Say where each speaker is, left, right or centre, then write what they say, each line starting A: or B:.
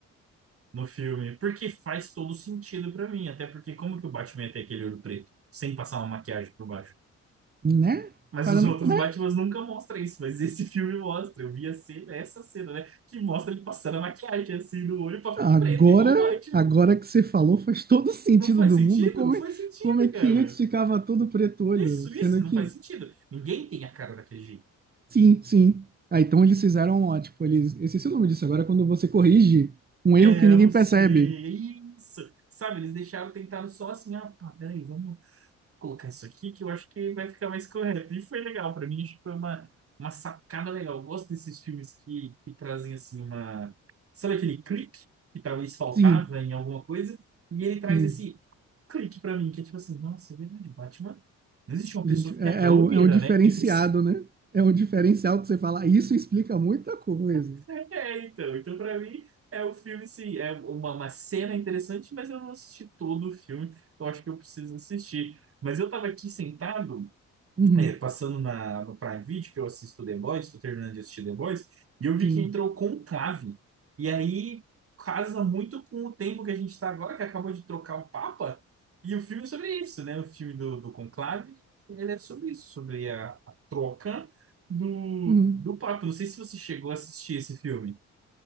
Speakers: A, on the right (about 50°); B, on the right (about 30°).
A: no filme, porque faz todo sentido pra mim, até porque como que o Batman ia ter aquele olho preto sem passar uma maquiagem por baixo?
B: né?
A: Mas
B: Parando...
A: os outros
B: É,
A: Batmans nunca mostram isso, mas esse filme mostra. Eu vi a cena, essa cena, né? Que mostra ele passando a maquiagem assim no olho pra ficar
B: Agora,
A: preto, igual o Batman.
B: agora que você falou, faz todo sentido
A: Não faz
B: do
A: sentido?
B: mundo. Como
A: Não faz
B: é,
A: sentido,
B: como é que
A: cara.
B: antes ficava todo preto olho?
A: Isso,
B: Sendo
A: isso, não
B: que,
A: faz sentido. Ninguém tem a cara daquele jeito.
B: sim, sim. Ah, então eles fizeram, ó, tipo, eles... Eu esqueci o nome disso agora, é quando você corrige um
A: É,
B: erro que ninguém
A: eu não sei.
B: percebe.
A: É Isso. Sabe, eles deixaram, tentaram só assim, ah, pá, peraí, vamos colocar isso aqui que eu acho que vai ficar mais correto. E foi legal, pra mim, acho que foi uma, uma sacada legal. Eu gosto desses filmes que, que trazem, assim, uma... Sabe aquele clique que talvez faltava
B: Sim,
A: em alguma coisa? E ele traz
B: sim.
A: esse clique pra mim, que é tipo assim, nossa, é verdade, Batman... Não existe uma pessoa
B: Gente,
A: que
B: é,
A: tem aquela
B: é, o-
A: olheira,
B: é um diferenciado,
A: né? É impossível.
B: né? É um diferencial que você fala, "Ah, isso explica muita coisa.
A: <laughs> É, então. Então, pra mim, é um filme, sim, é uma, uma cena interessante, mas eu não assisti todo o filme. Eu acho que eu preciso assistir. Mas eu tava aqui sentado,
B: Uhum,
A: É, passando na, no Prime Video, que eu assisto The Boys, tô terminando de assistir The Boys, e eu vi
B: sim.
A: que entrou Conclave. E aí casa muito com o tempo que a gente tá agora, que acabou de trocar o Papa, e o filme é sobre isso, né? O filme do, do Conclave, ele é sobre isso, sobre a, a troca do,
B: Uhum.
A: do Papa. Não sei se você chegou a assistir esse filme.